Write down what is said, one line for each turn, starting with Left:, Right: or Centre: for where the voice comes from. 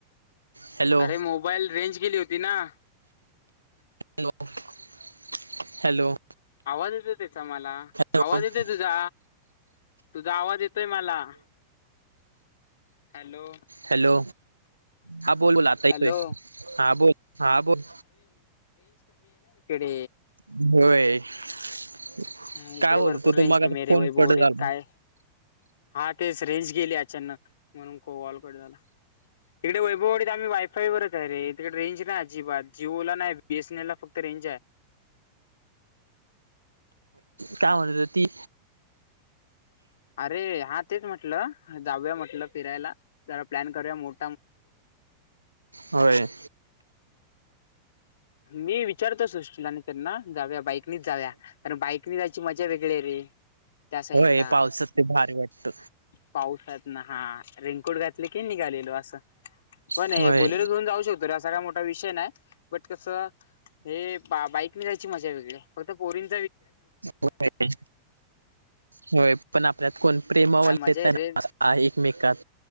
Right: हॅलो
Left: अरे मोबाईल रेंज केली होती ना.
Right: लो हॅलो.
Left: आवाज येते त्याचा मला
Right: हॅलो
Left: आवाज येतय तुझा तुझा आवाज येतोय मला. हॅलो
Right: हॅलो हा बोल बोल आता ऐकु
Left: हॅलो
Right: येतय हा बोल हा बोल.
Left: हे
Right: होय--.
Left: हा इकडे
Right: काय बोलतो
Left: भरपूर
Right: तू
Left: रेंज
Right: मग आता
Left: कमी रे
Right: फोन
Left: वैभोवाडीत
Right: कट झाला
Left: काय. हा तेच रेंज गेले अचानक. म्हणून काॅल कट झाला हीकडे वैभवडीत आम्ही वायफाय वच आहे रे तिकडे रेंज नाही अजिबात जिओ ला नाही बीएसनला फक्त रेंज आहे.
Right: काय म्हणत होती.?
Left: अरे हा तेच म्हटलं जाऊया म्हटलं फिरायला जरा प्लॅन करूया मोठ
Right: होय.
Left: मी विचारतो सुष्टी आणी त्यांना जाऊया मग बाईकनी जाऊया कारण बाईकनी जायची मज्या वेगळी रे त्या साईड
Right: होय
Left: ला.
Right: पावसात ते भारी वाटत
Left: पाऊसात ना हा रेनकोट घातले की निघालेलो असं. पण
Right: होय
Left: हे बुलोरा घेऊन जाऊ शकतो र ह सगळ मोठा विषय नाही बट कसं हे हां बाईक नी जायची माझ्या वेगळे फक्त पोरीन
Right: होय. होय पण आपल्यात कोण प्रेमावा
Left: काय
Right: येत
Left: मजा आहे
Right: ना
Left: रे
Right: एकमेकात.